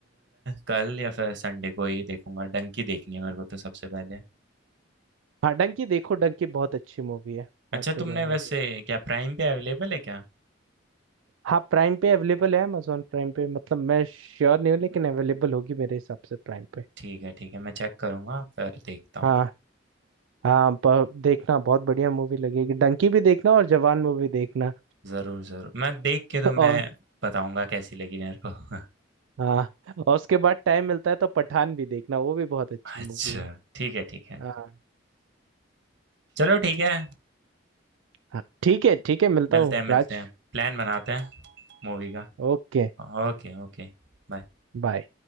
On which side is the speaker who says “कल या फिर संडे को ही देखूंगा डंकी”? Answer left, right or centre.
Right